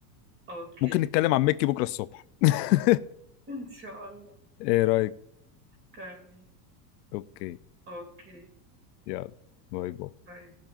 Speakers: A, on the right; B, on the left.
A: أوكي
B: ممكن نتكلم عن مكي بكره الصبح <laughs>
A: إن شاء الله
B: ايه رايك
A: تمام
B: اوكي
A: أوكي
B: يلا باي باي
A: باي